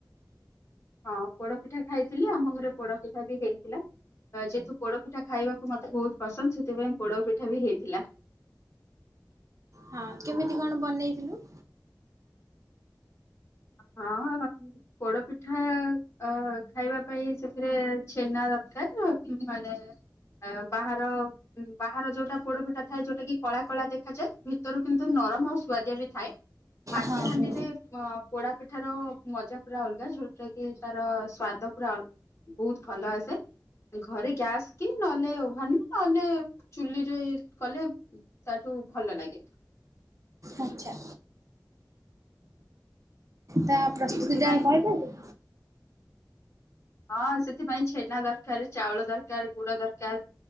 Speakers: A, on the left (about 40°); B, on the right (about 45°).
A: ହଁ ପୋଡପିଠା ଖାଇଥିଲୁ। ଆମ ଘରେ ପୋଡପିଠା ବି ହେଇଥିଲା। ଯେହେତୁ ପୋଡପିଠା ଖାଇବା ମତେ ବହୁତ ପସନ୍ଦ ସେଥିପାଇଁ ପୋଡ ପିଠା ବି ହେଇଥିଲା।
B: ହଁ କେମିତି କଣ ବନେଇଥିଲୁ?
A: ହଁ ପୋଡ ପିଠା ଅ ଖାଇବା ପାଇଁ ସେଥିରେ ଛେନା ଦରକାର। ମାନେ ବାହାର ବାହାର ଯୋଉଟା ପୋଡପିଠା ଥାଏ। ଯୋଉଟା କି କଳା କଳା ଦେଖାଯାଏ। ଭିତରୁ କିନ୍ତୁ ନରମ ଆଉ ସୁଆଦିଆ ବି ଥାଏ। ମାଟି
B: ହଁ
A: ହାଣ୍ଡିରେ
B: ହଁ।
A: ଅ ପୋଡା ପିଠା ର ମଜା ପୁରା ଅଲଗା। ଯୋଉଟା କି ତାର ସ୍ଵାଦ ପୁରା ଅଲ ବହୁତ ଭଲ ଆସେ। ଘରେ ଗ୍ୟାସ୍ କି ନହେଲେ ଓଭାନ ନହେଲେ ଚୁଲିରେ କଲେ। ତାଠୁ ଭଲ ଲାଗେ।
B: ଆଛା ତା ପ୍ରସ୍ତୁତି
A: ସେଥିପାଇଁ
B: ଟା କହିପାରିବ।
A: ହଁ ସେଥିପାଇଁ ଛେନା ଦରକାର। ଚାଉଳ ଦରକାର। ଗୁଡ ଦରକାର।